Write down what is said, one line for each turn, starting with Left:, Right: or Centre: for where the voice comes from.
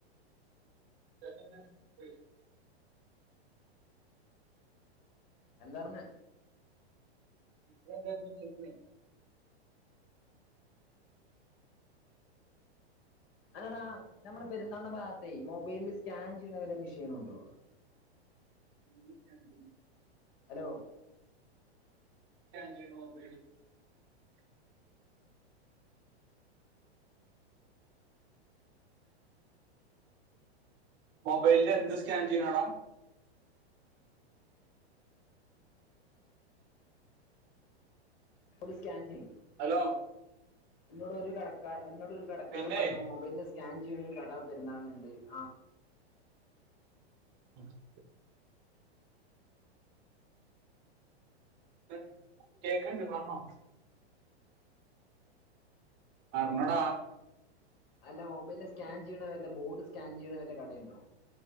Right: <unintelligible>
Left: എന്താർഞ്ഞെ
Right: ഫുഡെന്തായിരുന്നു ഉച്ചയ്ക്ക്
Left: അല്ലടാ നമ്മള്
Right: ആ,
Left: പെരുന്നാളിന് വാ അതെ ഈ മൊബൈലിൽ സ്കാൻ ചെയ്യണ വല്ല മെഷീനും ഉണ്ടോ
Right: <unintelligible>
Left: ഹലോ
Right: <unintelligible> മൊബൈലിന്റെ എന്ത് സ്കാൻ ചെയ്യാനെടാ
Left: ഒരു സ്കാൻ ചെയ്യും
Right: ഹലോ
Left: എന്നോടൊരു കടക്കാൻ എന്നോടൊരു കടക്കാരൻ
Right: പിന്നെ
Left: പറഞ്ഞു മൊബൈലിന്റെ സ്‌ക സ്കാൻ ചെയ്യണൊരു കട പെരുന്നാളിന്ണ്ട് ആ
Right: <unintelligible> കേ കേക്കണ്ട് പറഞ്ഞോ. അർണടാ
Left: അല്ല മൊബൈല് സ്കാൻ ചെയ്യണ വല്ല ബോർഡ് സ്കാൻ ചെയ്യണ വല്ല കടയുണ്ടോ?